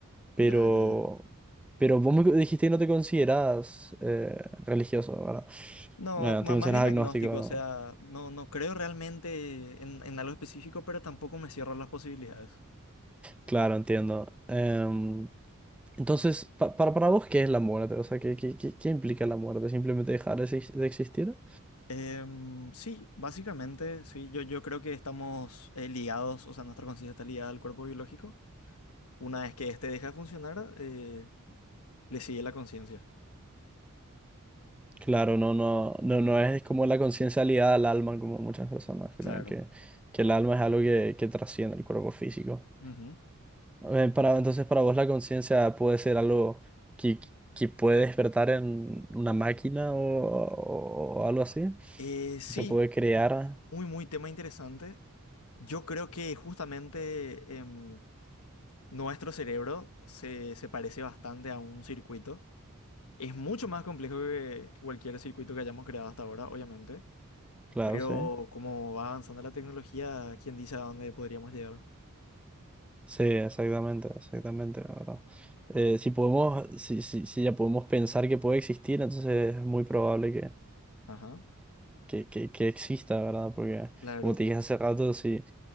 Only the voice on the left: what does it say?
Ya, ya, ya.
No,
ma-
más bien agnóstico,
o sea, no, no creo realmente en, en algo específico, pero tampoco me cierro las posibilidades.
Em, sí, básicamente, sí, yo, yo creo que estamos eh, ligados, o sea, nuestra conciencia está ligada al cuerpo biológico. Una vez que este deja de funcionar, eh, le sigue la conciencia.
Claro.
Ujú.
Eh, sí,
m- muy, muy tema interesante. Yo creo que justamente em, nuestro cerebro se, se parece bastante a un circuito. Es mucho más complejo que, que cualquier circuito que hayamos creado hasta ahora, obviamente.
Pero
como va avanzando la tecnología, ¿quién dice a dónde podríamos llegar?
Ajá,
claro.